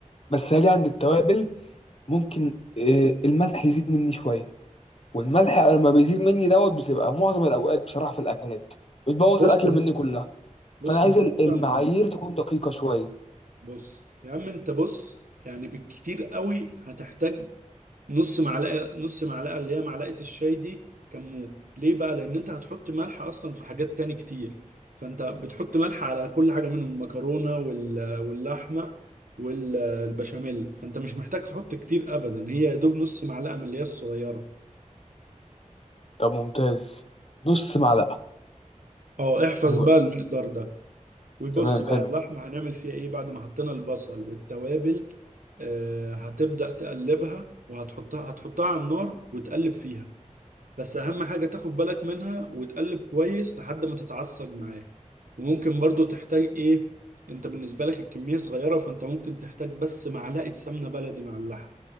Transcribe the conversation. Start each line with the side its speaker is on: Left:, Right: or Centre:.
Left: بس هاجي عند التوابل ممكن آه، الملح يزيد مني شويه والملح لما بيزيد مني دوت بتبقى معظم الاوقات بصراحه في الاكلات بتبوظ
Right: بص
Left: الاكله مني كلها
Right: بص
Left: فانا عايز
Right: انت
Left: ال-
Right: اصلا
Left: المعايير تكون دقيقه شويه
Right: بص يا عم انت بص يعني بالكتير قوي هتحتاج نص معلقه نص معلقه اللي هي معلقه الشاي دي كمون ليه بقى لان انت هتحط ملح اصلا في حاجات تاني كتير فانت بتحط ملح على كل حاجه منهم المكرونه وال- واللحمه والبشاميل فانت مش محتاج تحط كتير ابدا هي يا دوب نص معلقه من اللي هي الصغيره
Left: طب ممتاز نص معلقه
Right: اه احفظ
Left: حلو
Right: بقى
Left: قوي
Right: المقدار ده ويبص
Left: تمام
Right: بقى
Left: حلو
Right: اللحمه هنعمل فيها ايه بعد ما حطينا البصل والتوابل آه، هتبدأ تقلبها وهتحطها هتحطها على النار وتقلب فيها بس اهم حاجة تاخد بالك منها وتقلب كويس لحد ما تتعصج معاه وممكن برضو تحتاج ايه انت بالنسبة لك الكمية صغيرة فانت ممكن تحتاج بس معلقة سمنة بلدي مع اللحم